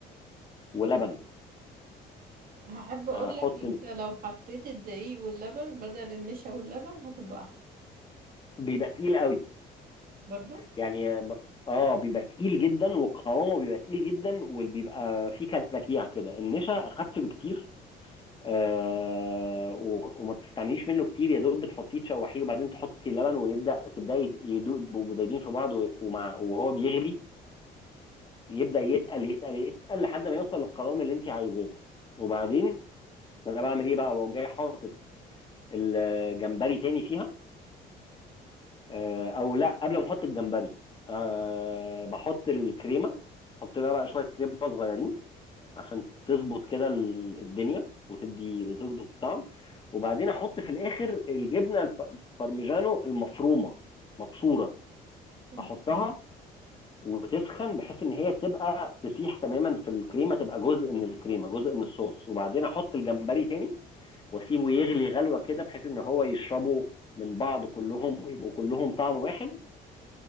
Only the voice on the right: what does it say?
هحب اقول
لك انت لو حطيت الدقيق واللبن بدل النشا واللبن هتبقى احلى
برضو
اوكي